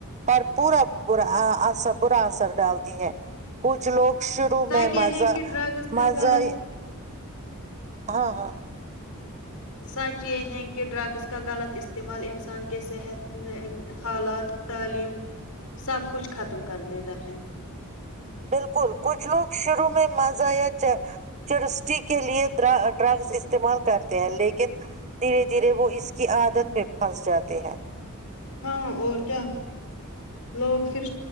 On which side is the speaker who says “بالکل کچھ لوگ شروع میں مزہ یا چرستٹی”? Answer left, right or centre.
Right